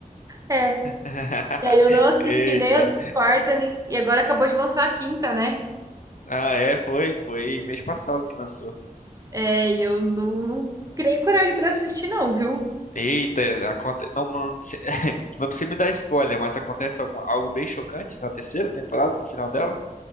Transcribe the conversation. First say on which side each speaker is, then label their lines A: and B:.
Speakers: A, on the right (about 20°); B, on the left (about 60°).
A: É.
B: <laughs>
A: E aí eu não assisti
B: Eita.
A: nem a quarta, nem... e agora acabou de lançar a quinta, né?
B: Ah, é, foi. Foi mês passado que lançou.
A: É, e eu não, não criei coragem pra assistir, não, viu?
B: Eita, aconte... não, não, se- <laughs> não precisa me dar spoiler, mas acontece algum- algo bem chocante na terceira temporada, no final dela?